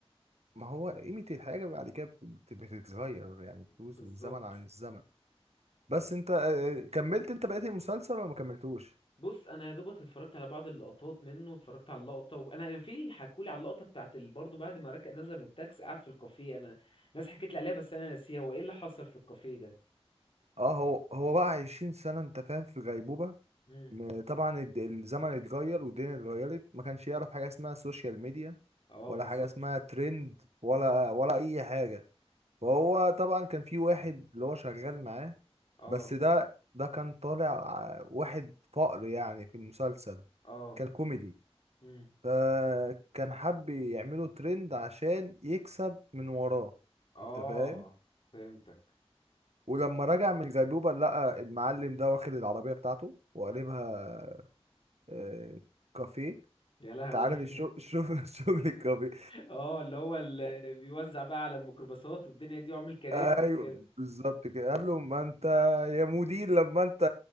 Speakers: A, on the right; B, on the left.
A: ما هو قيمة الحاجة بعد كده بت- بتتغير يعني فلوس
B: بالظبط
A: الزمن عن الزمن بس انت آه، آه، كملت انت بقيت المسلسل ولا ما كملتوش
B: بص انا يا دوبك اتفرجت على بعض اللقطات منه اتفرجت على اللقطه وانا انا في حكولي على اللقطه بتاعت ال- برضه بعد ما ركب نزل من التاكسي قعد في الكافيه انا ناس حكيت لي عليها بس انا ناسيها هو ايه اللي حصل في الكافيه ده
A: اه هو هو بقى 20 سنة انت فاهم في غيبوبة
B: امم
A: م- طبعا الد- الزمن اتغير والدنيا اتغيرت ما كانش يعرف حاجة اسمها سوشيال ميديا
B: اه
A: ولا
B: بالظبط
A: حاجة اسمها ترند ولا
B: امم
A: ولا اي حاجة وهو طبعا كان في واحد اللي هو شغال معاه
B: اه
A: بس ده ده كان طالع ع- واحد فقر يعني في المسلسل
B: اه
A: كان كوميدي
B: امم
A: فكان حب يعمله ترند عشان يكسب من وراه
B: اه
A: انت فاهم
B: فهمتك
A: ولما رجع من الغيبوبة لقى المعلم ده واخد العربية بتاعته وقلبها آه، كافيه
B: يا لهوي
A: انت عارف
B: <laughs>
A: الشغل <laughs> الشغل الكافيه
B: اه اللي هو اللي بيوزع بقى على الميكروباصات والدنيا دي وعامل كراسي
A: ايوه
B: وكده
A: بالظبط كده قال له ما انت يا مدير لما انت